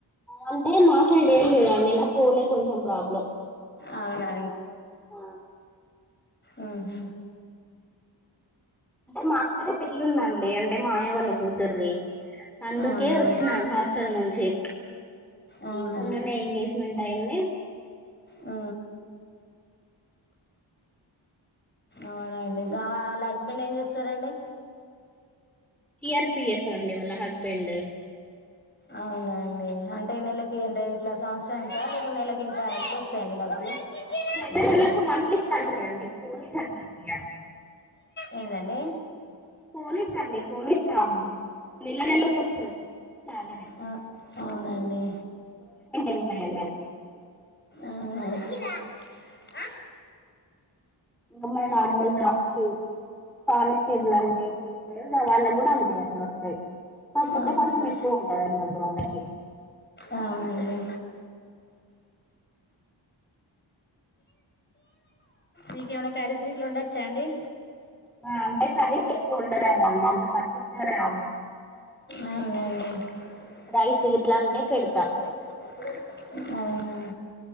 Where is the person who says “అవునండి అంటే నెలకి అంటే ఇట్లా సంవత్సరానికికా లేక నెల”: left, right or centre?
Left